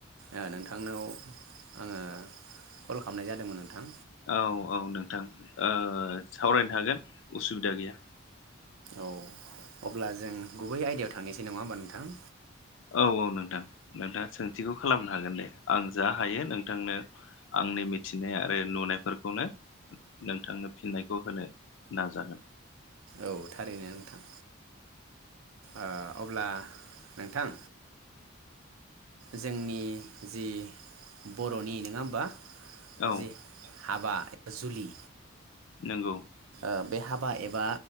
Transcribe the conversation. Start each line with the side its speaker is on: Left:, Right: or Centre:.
Right: ओ नोंथांनाव आंङो कल खालामनाय जादोंमोन नोंथां।
Left: औ औ नोंथां ओ सावरायनो हागोन उसुबिदा गैया।
Right: औ अब्ला जों गुबै आयदायाव थांनोसै नङा होमबा नोंथां?
Left: औ औ नोंथां। नोंथाङा सोंथिखौ खालामनो हागोन दे आं जा हायो नोंथांनो आंनि मिथिनाय आरो नुनायफोरखौनो नोंथांनो फिननायखौ होनो नाजागोन।
Right: औ थारैनो नोंथां। ओ अब्ला नोंथां जोंनि जि बर'नि नोंङा ओमबा?
Left: औ
Right: जि हाबा। जुलि।
Left: नोंगौ।
Right: ओ बे हाबा एबा